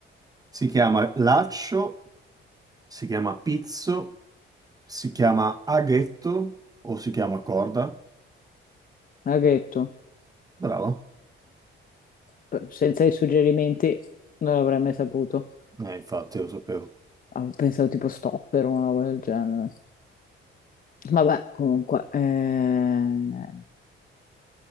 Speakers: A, on the right; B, on the left.
A: Si chiama laccio, si chiama pizzo, si chiama aghetto o si chiama corda.
B: l'ha detto.
A: Bravo.
B: P- Senza i suggerimenti non l'avrei mai saputo.
A: Eh, infatti, lo sapevo.
B: Avevo pensato tipo stopper o una roba del genere. Vabbè, comunque. eh,